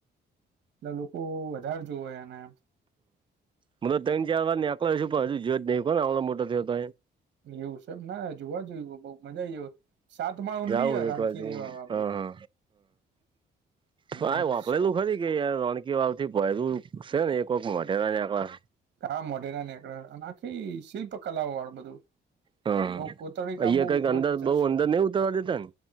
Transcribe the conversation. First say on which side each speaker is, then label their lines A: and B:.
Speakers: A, on the right; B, on the right.
A: એટલે લોકો વધારે જોવવે એને
B: મતબ ત ચાર વા ક પણ હજ જો જ નં કો આવલો મોટો થયો ત
A: એવું છેબ ના જોવા જોયું બઉ મજા આઈ સાત માળ ઊંડી
B: જાઉં
A: હ
B: એક
A: રાણકીની
B: બાજુ હ
A: વાવ આપડી
B: હા હા
A: અને
B: વાપરેલું ખરી કે યાર રણકી વાવથી ભયલું છે ને એક વાખ મોઢેરા આડા
A: હા મોઢેરા નીકળ આખી શિલ્પ કલાઓ વાળું બધું.
B: હા
A: બઉ કોતરણી
B: અહિયાં
A: કામ બહુ
B: કઈક
A: જબરજસ્ત
B: અંદર બહ અંદર નઈ ઉતરવા દેતા ને